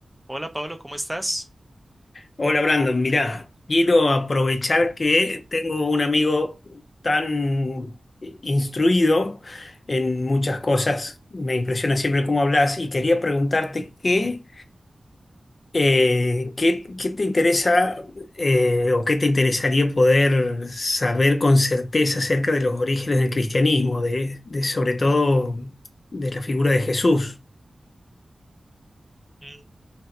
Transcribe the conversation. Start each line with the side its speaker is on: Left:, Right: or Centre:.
Centre: Hola Pablo, ¿cómo estás?
Left: Hola Brandon, mirá, quiero aprovechar que tengo un amigo tan eh, instruido en muchas cosas, me impresiona siempre cómo hablas y quería preguntarte qué, eh, qué, qué te interesa eh, o qué te interesaría poder saber con certeza acerca de los orígenes del cristianismo, de, de sobre todo de la figura de Jesús.
Centre: Mm,